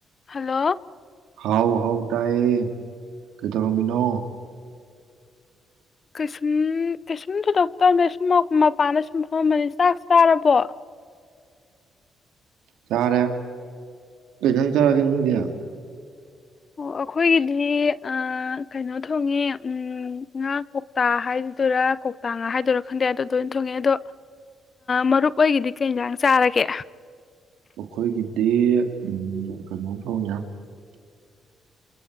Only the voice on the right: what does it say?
ꯍꯥꯎ ꯍꯥꯎ ꯇꯥꯏꯌꯦ ꯀꯩꯗꯧꯔꯝꯃꯤꯅꯣ
ꯆꯥꯔꯦ ꯀꯩ ꯏꯟꯖꯥꯡ ꯆꯥꯔꯒꯦ ꯅꯪꯗꯤ
ꯑꯩꯈꯣꯏꯒꯤꯗꯤ ꯎꯝ ꯀꯩꯅꯣ ꯊꯣꯡꯑꯦ